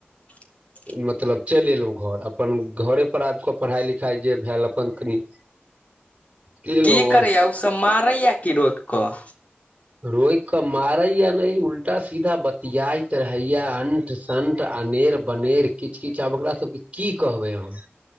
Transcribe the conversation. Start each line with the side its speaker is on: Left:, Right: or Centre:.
Left: <inaudible>
Right: मतलब चलि एलहुँ घर अपन घरे पर आबि कऽ पढ़ाइ लिखाइ जे भेल अपन कनि केलहुँ
Left: कि
Right: आओर
Left: करैया ओसभ मारैया क रोक कऽ
Right: रोकि कऽ मारैया नहि उल्टा सीधा बतियाइत रहैया आ संन्ठ अनेर बनेर किछु किछु आब ओकरा सभके की कहबै अह